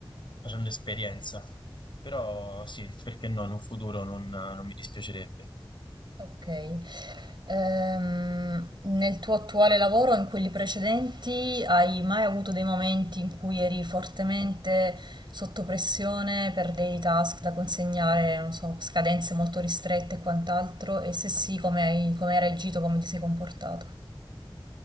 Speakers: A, on the left (about 60°); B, on the right (about 55°).
A: facendo esperienza. Però sì, perché no, in un futuro non non mi dispiacerebbe.
B: Ok. Ehm, nel tuo attuale lavoro, o in quelli precedenti, hai mai avuto dei momenti in cui eri fortemente sotto pressione per dei task da consegnare, non so, scadenze molto ristrette e quant'altro? E se sì, come hai, come hai reagito, come ti sei comportato?